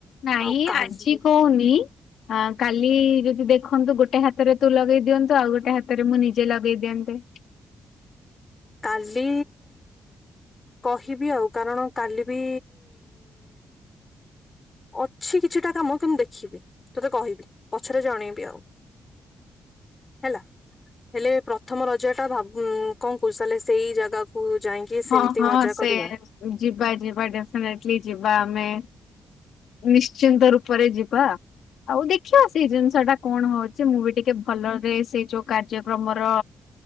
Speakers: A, on the left; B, on the left.
A: ନାଇଁ
B: ଆଉ କାଲି
A: ଆଜି କହୁନି କାଲି ଯଦି ଦେଖନ୍ତୁ ଗୋଟେ ହାତରେ ତୁ ଲଗେଇ ଦିଅନ୍ତୁ ଆଉ ଗୋଟେ ହାତରେ ମୁଁ ନିଜେ ଲଗେଇ ଦିଅନ୍ତେ।
B: କାଲି କହିବି ଆଉ କାରଣ କାଲି ବି ଅଛି କିଛିଟା କାମ କିନ୍ତୁ ଦେଖିବି ତୋତେ କହିବି ପଛରେ ଜଣେଇବି ଆଉ ହେଲା ହେଲେ ପ୍ରଥମ ରଜା ଟା ଭାବୁ କଣ ଲେ ସେଇ ଜାଗାକୁ ଯାଇକି ସେମିତି
A: ହଁ ହଁ
B: ମଜା
A: ସେ
B: କରିବା
A: ଯିବା ଯିବା ଡେଫିନାଇଟଲି ଯିବା ଆମେ। ନିଶ୍ଚିନ୍ତ ରୂପରେ ଯିବା ଆଉ ଦେଖିବା ସେଇ ଜିନିଷ ଟା କଣ ହଉଛି ମୁଁ ବି ଟିକେ ଭଲରେ ସେଇ ଯୋଉ କାର୍ଯ୍ୟକ୍ରମର